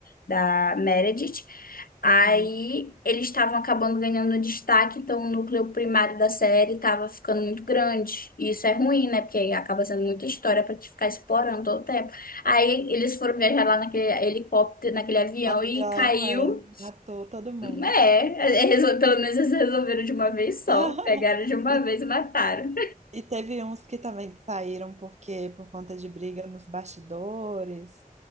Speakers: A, on the left (about 75°); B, on the right (about 50°).
A: da Meredith. Aí
B: Ah,
A: eles estavam acabando ganhando destaque, então o núcleo primário da série estava ficando muito grande. E isso é ruim, né? Porque aí acaba sendo muita história para te ficar explorando todo o tempo. Aí eles foram viajar lá naquele helicóptero, naquele avião
B: avião,
A: e caiu.
B: é, matou todo mundo.
A: É, é é, resol- pelo menos eles resolveram de uma vez só.
B: <laughs>
A: Pegaram de uma
B: E,
A: vez e mataram.
B: e teve uns que também saíram porque por conta de briga nos bastidores,